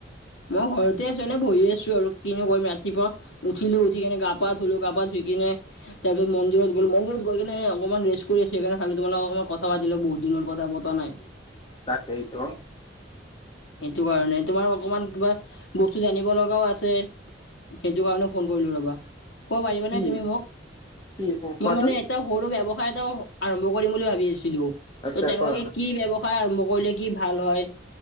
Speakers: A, on the left; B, on the left.
A: মই ঘৰতে আছো। এনে বহি আছো আৰু কিনো কৰিম ৰাতিপুৱা উঠিলোঁ, উঠি কিনে গা -পা ধুলো, গা-পা ধুই কিনে তাৰপিছত মন্দিৰত গ'লো, মন্দিৰত গৈকিনে অকণমান ৰেষ্ট কৰি আছোঁ। সেইকাৰণে ভাৱিলোঁ তোমোৰ লগত অকণমান কথা পাতি লও বহুত দিন হ'ল কথাপতা নাই।
B: তাকেইটো।
A: সেইটো কাৰণে তোমাৰ অকমান কিবা বস্তু জানিব লগাও আছে। সেইটো কাৰণে ফোন কৰিলোঁ ৰ'বা। ক'ব পাৰিবা
B: কি
A: নে তুমি মোক?
B: কি কোৱাচোন
A: মই মানে এটা সৰু ব্যৱসায় এটাও আৰম্ভ কৰিম বুলি ভাবি আছিলো। ত'
B: আচ্ছা
A: তেনেকুৱাকে
B: কোৱা।
A: কি ব্যৱ সায় আৰম্ভ কৰিলে কি ভাল হয়